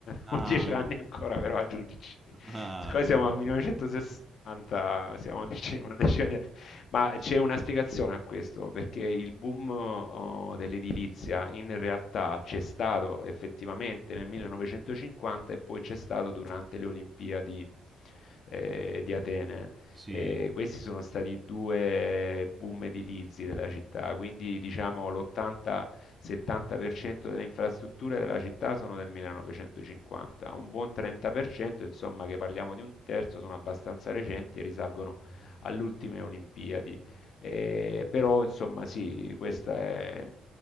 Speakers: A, on the right; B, on the left.
A: Ah,
B: ho dieci anni ancora però a giudici,
A: ah,
B: siccome
A: ok.
B: siamo a 1960, siamo a dieci- una decina di anni, ma c'è una spiegazione a questo, perché il boom oh, dell'edilizia in realtà c'è stato effettivamente nel 1950 e poi c'è stato durante le Olimpiadi eh, di Atene.
A: Sì.
B: E questi sono stati due boom edilizi della città, quindi diciamo l'80-70% delle infrastrutture della città sono del 1950, un buon 30%, insomma che parliamo di un terzo, sono abbastanza recenti e risalgono alle ultime Olimpiadi. Eh, però insomma sì, questa è,